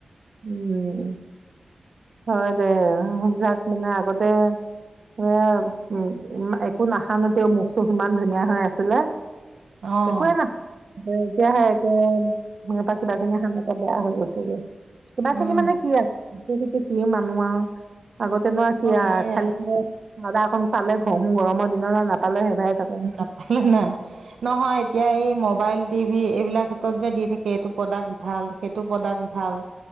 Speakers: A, on the right; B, on the right.
A: উম হয় দে, সেইবিলাক মানে আগতে এ উ একো নাসানোতেও মুখটো সিমান ধুনীয়া হৈ আছিলে।
B: অ',
A: একোৱেই না এতিয়াহে একে সিহঁতৰ কিবা কিনি সিহতৰ বেয়া হৈ গৈছেগৈ। কিবা কিনি
B: উম,
A: মানে কি আক সেইটোৱেটো কি মানুহ আৰু। আগতে নোৱাৰ কি
B: অ',
A: আৰু
B: সেইয়াই
A: খালি মজাক পালে ঘহো গৰমৰ দিনত আ নাপালে সেইভাগে থাকো
B: নাপালে নাই, নহয় এতিয়া এই মবাইল, টিভি এইবিলাক ক্ষেত্ৰত যে দি থাকে কে এইটোপ্ৰডাক্ট ভাল সেইটো প্ৰডাক্ট ভাল।